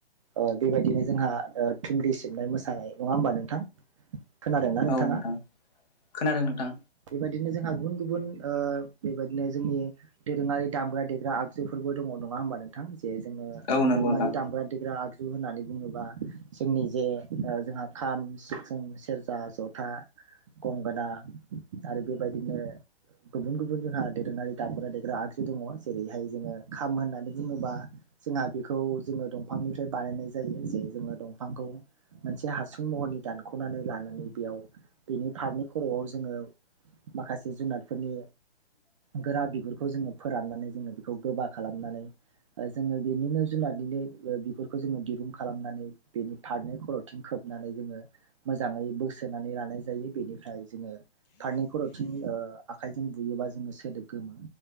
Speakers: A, on the right (about 30°); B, on the left (about 40°).
A: ओ बेबायदिनो जोंहा थुंग्रि सिबनाय मोसानाय नङा होमबा नोंथां खोनादोंना नोंथाङा?
B: औ नोंथां खोनादों नोंथां।
A: बेबायदिनो जोंहा गुबुन गुबुन बेबायदिनो जोंनि दोरोङारि दामग्रा देग्रा आगजुफोरबो दङ' नङा होमबा नोंथां जे जोङो
B: औ नंगौ
A: दोरोङारि
B: नोंथां
A: दामग्रा देग्रा आगजु जु होननानै बुङोबा जोंनि जे जोंहा खाम सिफुं सेरजा जथा गंगोना आरो बेबायदिनो गुबुन गुबुन जोंहा दोरोङारि दामग्रा देग्रा आगजु दङ' जेरैहाय जोङो खाम होननानै बुङोबा जोंहा बेखौ जोङो दंफांनिफ्राय बानायनाय जायो जे जोङो दंफांखौ मोनसे हासुं महरै दानख'नानै लानानै बेयाव बेनि फारनै खर'आव जोङो माखासे जुनारफोरनि गोरा बिगुरखौ जोङो फोराननानै जोङो बेखौ गोबा खालामनानै जोङो बेनिनो जुनारनिनो बिगुरखौ जोङो दिरुं खालामनानै बेनि फारनै खर'थिं खोब नानै जोङो मोजाङै बोसोनानै लानाय जायो बेनिफ्राय जोङो फारनै खर' थिन आखाइजों बुयोबा जोङो सोदोब गोमो